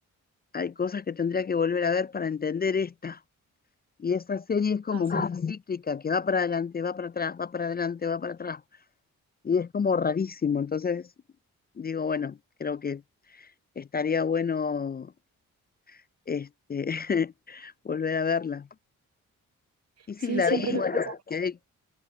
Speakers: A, on the left; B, on the right.
A: hay cosas que tendría que volver a ver para entender esta. Y esa serie es como
B: Ah, sí.
A: muy cíclica, que va para adelante, va para atrás, va para adelante, va para atrás. Y es como rarísimo. Entonces, digo, bueno, creo que estaría bueno este, <laughs> volver a verla. Y sí,
B: Sí,
A: la
B: siempre
A: vi,
B: me
A: bueno,
B: pasa.
A: quedé